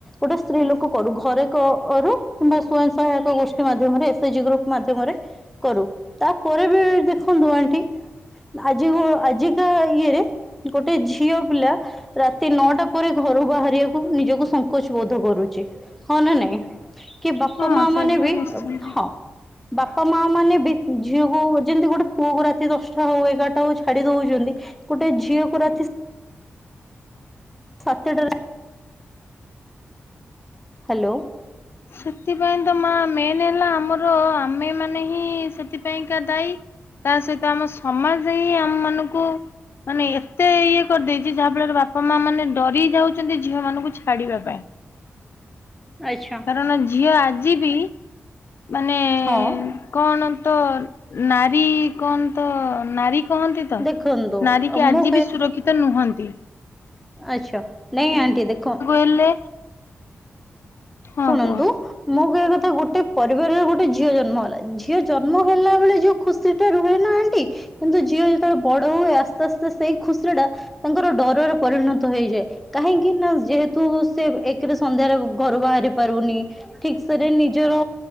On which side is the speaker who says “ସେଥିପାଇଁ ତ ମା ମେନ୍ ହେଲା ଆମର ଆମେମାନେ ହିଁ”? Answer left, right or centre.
Left